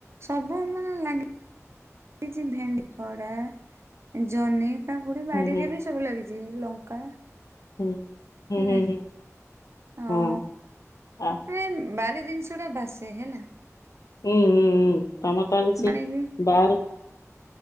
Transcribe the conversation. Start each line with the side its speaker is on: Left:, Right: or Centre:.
Right: ସବୁ ମାନେ ଲାଗି ଚି ଭେଣ୍ଡି ଖଡା ଜହ୍ନି କାକୁଡି
Left: ହୁଁ
Right: ବାଡିରେ
Left: ହୁଁ
Right: ବି ସବୁ ଲାଗିଚି ଲଙ୍କା
Left: ହୁଁ। ହୁଁ
Right: ହେଲା
Left: ହୁଁ ହୁଁ
Right: ଓ
Left: ହଁ ଆ
Right: ମାନେ ବାରି ଜିନିଷ ଟା ବାସେ ହେଲା।
Left: ହୁଁ ହୁଁ ହୁଁ ତମର ତ ଆଉ କିଛି
Right: ଜାଣିକି
Left: ବାଆରେ